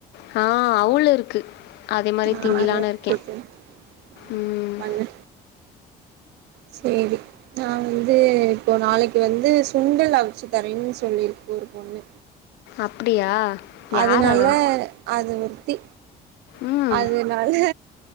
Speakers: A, on the left; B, on the right.
A: ஹா அவுளு இருக்கு அதே மாரி
B: ஆ
A: திங்கிலான்னு
B: அத எடுத்து
A: இருக்கே
B: தின்னு ஆ
A: ம்
B: அத பண்ணு சேரி நா வந்து இப்போ நாளைக்கு வந்து சுண்டல் அவிச்சு தரேன் சொல்லிருக்கு ஒரு பொண்ணு
A: அப்டியா
B: அதுனால
A: யார் அவ
B: அது முத்தி
A: ம்
B: அது னால